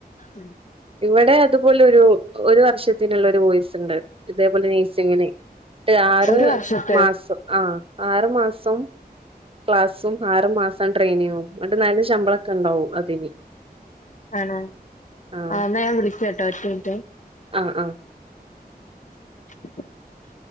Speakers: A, on the left (about 50°); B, on the right (about 35°).
A: ഉം
B: ഇവടെ അതുപോലെരു ഒരു വർഷത്തിനുള്ള ഒരു വോയിസ് ഇണ്ട് ഇതേപോലെ നേഴ്‌സിങ്ങിന് ആറ്
A: ഒരു വർഷത്തെ
B: മാസം ആഹ്. ആറ് മാസം ക്ലാസ്സും, ആറ് മാസം സം ട്രെയിനിങ്ങും ഇങ്ങട്ട് നല്ല ശമ്പളൊക്കെ ഉണ്ടാവും അതിന്.
A: ആഹ്
B: ആഹ്
A: ആ ന്നാ ഞാൻ വിളിക്കാട്ടോ ഒറ്റ മിനുറ്റെ
B: ആഹ് ആഹ്
A: <inaudible>